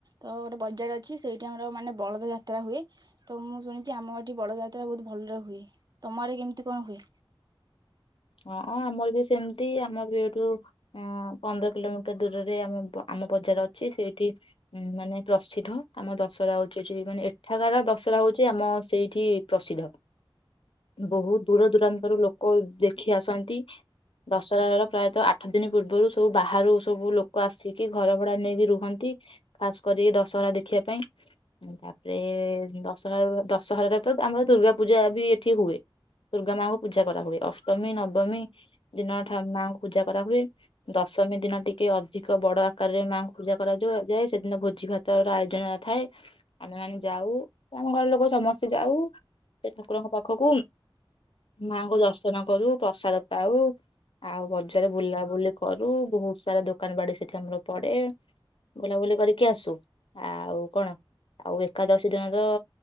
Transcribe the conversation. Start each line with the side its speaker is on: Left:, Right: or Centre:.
Right: ତ ଗୋଟେ ବଜାର ଅଛି ସେଇଠି ଆମର ମାନେ ବଳଦ ଯାତ୍ରା ହୁଏ ତ ମୁଁ ଶୁଣିଛି ଆମ ଏଠି ବଳଦ ଯାତ୍ରା ବହୁତ ଭଲରେ ହୁଏ ତମରେ କେମିତି କଣ ହୁଏ?
Left: ହଁ ଆମର ବି ସେମିତି ଆମର ବି ଏଇଠୁ ଅ ପନ୍ଦର କିଲୋମିଟର ଦୂରରେ ଆମ ଆମ ବଜାର ଅଛି ସେଇଠି ମାନେ ପ୍ରସିଦ୍ଧ ଆମ ଦଶହରା ହଉଛି ଏଠି ମାନେ ଏଠାକାରାର ଦଶହରା ହଉଛି ଆମ ସେଇଠି ପ୍ରସିଦ୍ଧ ବହୁତ ଦୂର ଦୂରାନ୍ତରୁ ଲୋକ ଦେ ଖି ଆସନ୍ତି ଦଶହରାର ପ୍ରାୟତଃ ଆଠ ଦିନ ପୂର୍ବରୁ ସବୁ ବାହାରୁ ସବୁ ଲୋକ ଆସିକି ଘର ଭଡା ନେଇକି ରୁହନ୍ତି ଖାସ କରି ଦଶହରା ଦେଖିବା ପାଇଁ ତାପରେ ଦଶହରା ଦଶହରାରେ ତ ଆମର ଦୁର୍ଗା ପୂଜା ବି ଏଠି ହୁଏ ଦୁର୍ଗା ମାଙ୍କୁ ପୂଜା କରାହୁଏ। ଅଷ୍ଟମୀ ନବମୀ ଦିନଠା ମାଙ୍କୁ ପୂଜା କରାହୁଏ ଦଶମୀ ଦିନ ଟିକେ ଅଧିକ ବଡ ଆକାରରେ ମାଆଙ୍କୁ ପୂଜା କରାଯ ଯାଏ ସେଦିନ ଭୋଜି ଭାତର ଆୟୋଜନ ଥାଏ ଆମେ ମାନ ଯାଉ ଆମ ଘର ଲୋକ ସମସ୍ତେ ଯାଉ ସେ ଠାକୁରଙ୍କ ପାଖକୁ ମାଙ୍କୁ ଦଶ ଅର୍ଚନା କରୁ, ପ୍ରସାଦ ପାଉ ଆଉ ବଜାର ବୁଲାବୁଲି କରୁ ବହୁତ ସାରା ଦୋକାନ ବାଡି ସେଠି ଆମର ପଡେ। ବୁଲାବୁଲି କରିକି ଆସୁ ଆଉ କଣ ଆଉ ଏକାଦଶୀ ଦିନ ତ